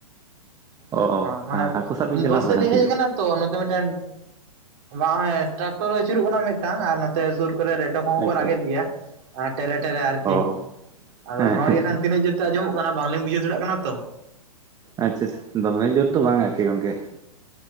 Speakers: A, on the right (about 45°); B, on the right (about 20°).
A: ᱾
B: ᱚ ᱚ
A: ᱦᱮᱸ ᱢᱟᱱᱮ
B: ᱦᱟᱹᱠᱩ ᱥᱟᱵ ᱵᱤᱱ ᱪᱟᱞᱟᱣ
A: ᱵᱟᱹᱫᱽ ᱥᱮᱫ ᱞᱤᱧ
B: ᱥᱮ
A: ᱦᱮᱡ
B: ᱪᱮᱫ?
A: ᱠᱟᱱᱟ ᱾ ᱛᱚ ᱱᱚᱛᱮ ᱢᱤᱫᱴᱮᱱ ᱵᱟᱝ ᱴᱨᱟᱠᱴᱚᱨ ᱟᱹᱪᱩᱨᱚᱜ ᱠᱟᱱᱟ, ᱢᱤᱫᱴᱟᱝ ᱟᱨ ᱱᱚᱛᱮ ᱥᱩᱨ ᱠᱚᱨᱮ ᱨᱮᱴᱚ ᱠᱚᱦᱚᱸ
B: ᱟᱪᱪᱷᱟ
A: ᱠᱚ ᱨᱟᱜᱮᱫ ᱜᱮᱭᱟ᱾ ᱴᱮᱨᱮ ᱴᱮᱨᱮ ᱟᱨᱠᱤ
B: ᱚ
A: ᱾
B: ᱚ
A: ᱟᱫᱚ
B: ᱦᱮᱸ
A: ᱱᱚᱣᱟ
B: ᱦᱮᱸ
A: ᱜᱮᱠᱷᱟᱱ ᱛᱤᱱᱟᱹᱜ ᱡᱳᱨ ᱟᱸᱡᱚᱢᱚᱜ ᱠᱟᱱᱟ, ᱵᱟᱝᱞᱤᱧ ᱵᱩᱡᱷᱟᱹ ᱫᱟᱲᱮᱭᱟᱜ ᱠᱟᱱᱟ ᱛᱚ ᱾
B: ᱟᱪᱪᱷᱟ ᱾ ᱫᱚᱢᱮ ᱡᱳᱨ ᱫᱚ ᱵᱟᱝ ᱟᱨᱠᱤ ᱜᱚᱝᱠᱮ ᱾